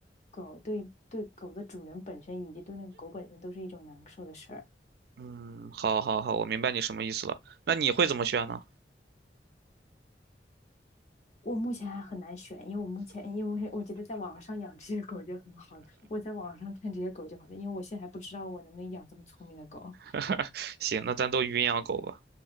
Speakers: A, on the left; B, on the right.
A: 狗，对对狗的主人本身以及对那个狗本身都是一种难受的事儿。
B: 嗯，好好好，我明白你什么意思了。那你会怎么选呢？
A: 我目前还很难选，因为我目前，因为我觉得在网上养这些狗就很好了我在网上看这些狗就好了，因为我现在还不知道我能不能养这么聪明的狗。
B: <laughs> 行，那咱都云养狗吧。